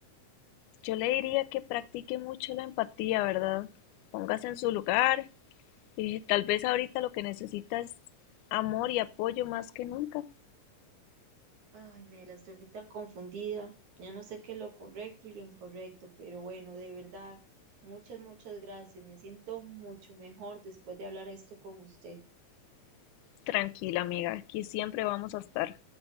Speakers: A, on the left; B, on the right.
A: Yo le diría que practique mucho la empatía, ¿verdad? Póngase en su lugar. eh, tal vez ahorita lo que necesita es amor y apoyo más que nunca.
B: Ay, Mela, estoy tan confundida, ya no sé qué es lo correcto y lo incorrecto, pero bueno, de verdad, muchas, muchas gracias, me siento mucho mejor después de hablar esto con usted.
A: Tranquila, amiga, aquí siempre vamos a estar.